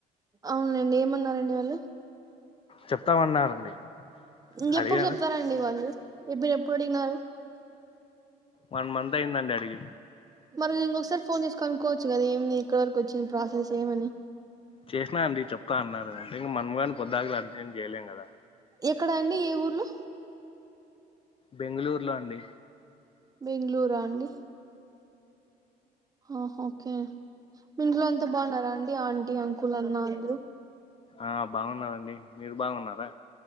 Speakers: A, on the right (about 20°); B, on the left (about 35°).
A: అవునండి ఏమన్నారండి వాళ్ళు
B: చెప్తామన్నారండి
A: ఇంకెప్పుడు
B: అడిగాను
A: చెప్తారండి వాళ్ళు ఇప్పుడు ఎప్పుడు అడిగినారు
B: వన్ మంత్ అయిందండి అడిగి
A: మరి ఇంకొకసారి ఫోన్ చేసుకుని కనుకోవచ్చు కదా ఏమి ఇక్కడి వరకు వచ్చింది ప్రాసెస్ ఏమని
B: చేసినా అండి చెప్తా అన్నారు ఇకా మనం గానీ పొద్దాకులు అడిగితే ఏం చేయలేం కదా
A: ఎక్కడ అండి ఏ ఊర్లో
B: బెంగళూరులో అండి
A: బెంగళూరా అండి ఆ ఓకే ఇంట్లో అంతా బాగున్నారా అండి ఆంటీ అంకుల్ అన్నా అందరూ
B: ఆ బాగున్నారండి మీరు బాగున్నారా